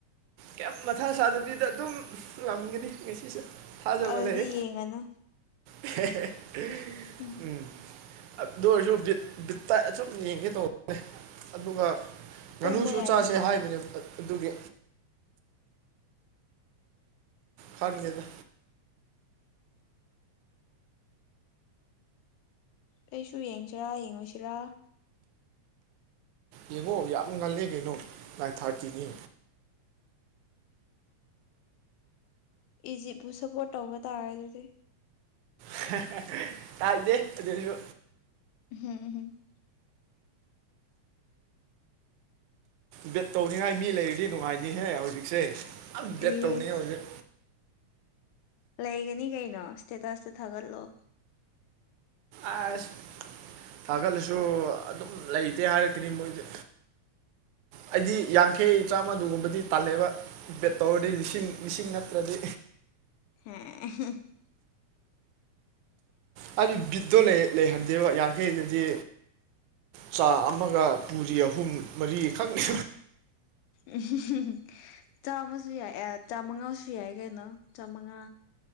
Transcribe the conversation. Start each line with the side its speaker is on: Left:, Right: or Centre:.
Right: ꯀꯌꯩꯝ ꯃꯊꯥ ꯁꯥꯗꯕꯤꯗ ꯑꯗꯨꯝ ꯉꯝꯒꯅꯤ ꯉꯁꯤꯁꯨ ꯊꯥꯖꯕ
Left: ꯑꯗꯨꯗꯤ
Right: ꯂꯩ
Left: ꯌꯦꯡꯉꯅꯨ
Right: <unintelligible>
Left: ꯎꯝ
Right: ꯎꯝ ꯑꯗꯨ ꯑꯣꯏꯔꯁꯨ ꯕꯤꯠ ꯕꯤꯠꯇꯥ ꯑꯁꯨꯝ ꯌꯦꯡꯒꯦ ꯇꯧꯕꯅꯦ ꯑꯗꯨꯒ ꯉꯥꯅꯨꯁꯨ
Left: ꯇꯨꯝꯃꯣ ꯌꯥꯔꯦ
Right: ꯆꯥꯁꯦ ꯍꯥꯏꯕꯅꯦ ꯑꯗꯨꯒꯤ ꯈꯪꯗꯦꯗꯥ
Left: ꯑꯩꯁꯨ ꯌꯦꯡꯁꯤꯔꯥ ꯌꯦꯡꯉꯣꯏꯁꯤꯔꯥ
Right: ꯌꯦꯡꯉꯣ ꯌꯥꯝ ꯉꯜꯂꯦ ꯀꯩꯅꯣ ꯅꯥꯏꯟ ꯊꯥꯔꯇꯤꯅꯤ
Left: ꯏꯖꯤꯞꯄꯨ ꯁꯞꯄꯣꯔꯠ ꯇꯧꯕ ꯇꯥꯔꯦ ꯑꯗꯨꯗꯤ
Right: <unintelligible> ꯀꯥꯏꯗꯦ ꯑꯗꯨꯁꯨ
Left: <unintelligible>
Right: ꯕꯦꯠ ꯇꯧꯅꯤꯡꯉꯥꯏ ꯃꯤ ꯂꯩꯔꯗꯤ ꯅꯨꯡꯉꯥꯏꯅꯤꯍꯦ ꯍꯧꯖꯤꯛꯁꯦ ꯌꯥꯝ ꯕꯦꯠ
Left: ꯏꯁ
Right: ꯇꯧꯅꯤꯉꯦ ꯍꯧꯖꯤꯛ
Left: ꯂꯩꯒꯅꯤ ꯀꯩꯅꯣ ꯁ꯭ꯇꯦꯇꯁꯇ ꯊꯥꯒꯠꯂꯣ
Right: ꯑꯁ ꯊꯥꯒꯠꯂꯁꯨ ꯑꯗꯨꯝ ꯂꯩꯇꯦ ꯍꯥꯏꯔꯛꯀꯅꯤ ꯃꯣꯏꯗꯤ ꯑꯩꯗꯤ ꯌꯥꯡ ꯈꯩ ꯆꯥꯝꯃꯗꯨꯒꯨꯝꯕꯗꯤ ꯇꯜꯂꯦꯕ ꯄꯦꯠ ꯇꯧꯔꯗꯤ ꯂꯤꯁꯤꯡ ꯂꯤꯁꯤꯡ ꯅꯠꯇ꯭ꯔꯗꯤ
Left: <unintelligible>
Right: ꯍꯥꯏꯗꯤ ꯕꯤꯠꯇꯣ ꯂꯩ ꯂꯩꯍꯟꯗꯦꯕ ꯌꯥꯡꯈꯩꯗꯨꯗꯤ ꯆꯥ ꯑꯃꯒ ꯄꯨꯔꯤ ꯑꯍꯨꯝ ꯃꯔꯤꯈꯛꯅꯤ
Left: <unintelligible> ꯆꯥꯝꯃꯁꯨ ꯌꯥꯏ ꯆꯥꯃꯉꯥꯁꯨ ꯌꯥꯏ ꯀꯩꯅꯣ ꯆꯥꯝꯃꯉꯥ